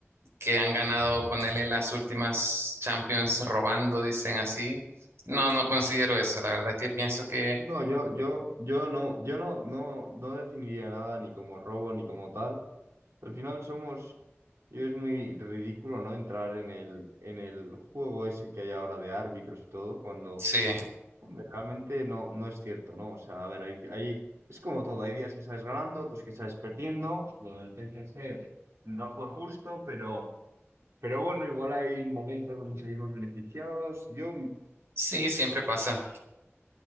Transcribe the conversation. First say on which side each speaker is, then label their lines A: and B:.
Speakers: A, on the right; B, on the right.
A: que han ganado, ponerle las últimas Champions robando, dicen así. No, no considero eso, la verdad que pienso que
B: No, yo, yo, yo no, yo no, no, no definiría nada ni como robo ni como tal. Al final somos, yo es muy ridículo, ¿no? Entrar en el, en el juego ese que hay ahora de árbitros y todo, cuando
A: sí,
B: Hombre, Realmente no, no es cierto, ¿no? O sea, a ver, ahí, ahí es como todo, hay días que sales ganando, otros que sales perdiendo. Lo del PSG no fue justo, pero, pero bueno, igual hay momentos donde salimos beneficiados. Yo me
A: sí, siempre pasa.